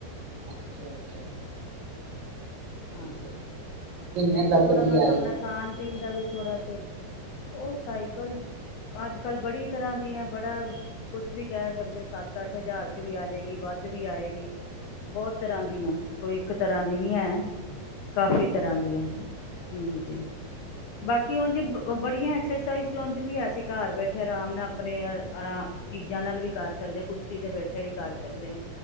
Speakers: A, on the right (about 65°); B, on the left (about 80°).
A: ਅੱਛਾ-ਅੱਛਾ।
B: ਹਾਂ
A: ਠੀਕ ਹੈ। ਕਿੰਨੇ
B: ਨਹੀਂ ਤੇ
A: ਤੱਕ
B: ਥੋੜਾ
A: ਦੀ
B: ਬਸ
A: ਆਏਗੀ?
B: ਆਪਣਾ ਖਾਣ ਪੀਣ ਦਾ ਵੀ ਥੋੜਾ ਤੇ, ਉਹ ਸਾਈਕਲ, ਅੱਜ-ਕੱਲ ਬੜੀ ਤਰ੍ਹਾਂ ਦੀ ਆ ਬੜਾ ਕੁਛ ਵੀ ਕਹਿ ਸਕਦੇ ਹੋ ਸੱਤ-ਅੱਠ ਹਜ਼ਾਰ ਚ ਵੀ ਆ ਜਾਏਗੀ ਵੱਧ ਵੀ ਆਏਗੀ। ਬਹੁਤ ਤਰ੍ਹਾਂ
A: ਅੱਛਾ
B: ਦੀਆਂ, ਕੋਈ ਇੱਕ ਤਰ੍ਹਾਂ ਦੀ ਨਹੀਂ ਹੈ ਕਾਫੀ ਤਰ੍ਹਾਂ ਦੀ ਹੈ। ਹਮ ਜੀ <inaudible> ਕਿ ਉਝ ਬੜੀਆਂ ਐਕਸਰਸਾਈਜ਼ ਤੇ ਉਝ ਵੀ ਆ ਅਸੀਂ ਘਰ ਬੈਠੇ ਆਰਾਮ ਨਾਲ ਆਪਣੇ ਆਰਾਮ ਚੀਜ਼ਾਂ ਨਾਲ ਵੀ ਕਰ ਸਕਦੇ ਹ ਕੁਰਸੀ ਤੇ ਬੈਠੇ ਵੀ ਕਰ ਸਕਦੇ ਹ